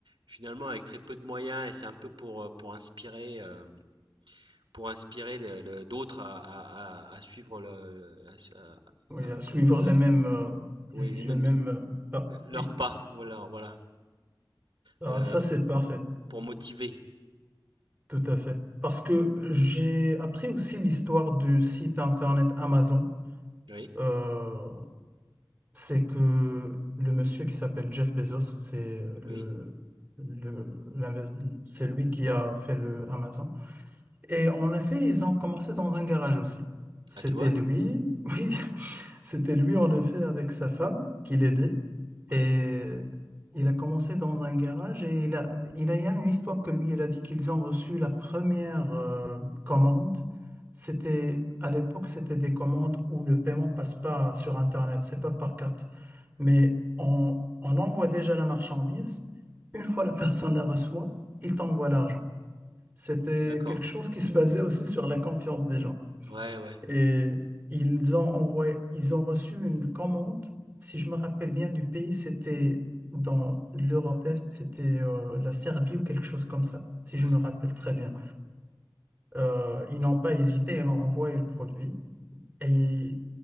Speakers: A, on the right; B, on the right.
A: finalement avec très peu de moyens et c'est un peu pour, euh, pour inspirer. euh, pour inspirer le le d'autres à à à à suivre le à à
B: oui, à
A: à
B: suivre
A: comment à
B: les mêmes, euh,
A: oui
B: les
A: les mêmes
B: mêmes. euh, ah
A: leurs
B: oui,
A: pas, voilà, voilà,
B: ah,
A: heu,
B: ça c'est parfait,
A: pour motiver.
B: tout à fait. Parce que j'ai appris aussi l'histoire du site internet Amazon.
A: Oui,
B: euh, c'est que le monsieur qui s'appelle Jeff Bezos, c'est le,
A: oui.
B: le- l'inves- c'est lui qui a fait le Amazon. Et en effet, ils ont commencé dans un garage aussi. C'était
A: Ah tu vois?
B: lui, <laughs> oui, c'était lui en effet avec sa femme qui l'aidait.
A: Ouais,
B: Et il a commencé dans un garage et il a, il a- il y a une histoire que lui, il a dit qu'ils ont reçu la première euh, commande. C'était, à l'époque, c'était des commandes où le paiement passe pas sur Internet, c'est pas par carte. Mais on, on envoie déjà la marchandise. Une fois la personne la reçoit, il t'envoie l'argent. C'était
A: d'accord.
B: quelque chose qui se basait aussi sur la confiance des gens.
A: Ouais, ouais,
B: Et ils ont envoyé, ils ont reçu une commande, si je me rappelle bien du pays, c'était dans l'Europe Est, c'était euh, la Serbie ou quelque chose comme ça, si
A: ouais,
B: je me rappelle très bien. Euh, ils n'ont pas hésité, ils ont envoyé le produit. Et